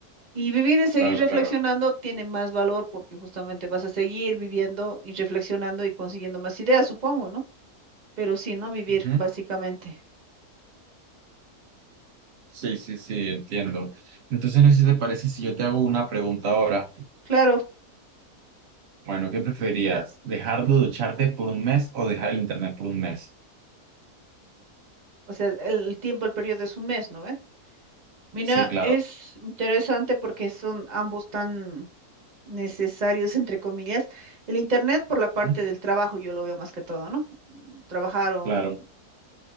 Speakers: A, on the right; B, on the right.
A: Y vivir y seguir
B: claro,
A: reflexionando
B: claro.
A: tiene más valor porque justamente vas a seguir viviendo y reflexionando y consiguiendo más ideas, supongo, ¿no? Pero sí, ¿no? Vivir,
B: Ujú.
A: básicamente.
B: Sí, sí, sí, entiendo. Entonces, no sé si te parece si yo te hago una pregunta ahora.
A: Claro,
B: Bueno, ¿qué preferirías? ¿Dejar de ducharte por un mes o dejar el internet por un mes?
A: o sea, el tiempo, el periodo es un mes, ¿no? ve Mira,
B: Sí, claro.
A: es interesante porque son ambos tan necesarios, entre comillas. El Internet por la parte
B: ¿Mm?
A: del trabajo, yo lo veo más que todo, ¿no? Mm, Trabajar o...
B: Claro.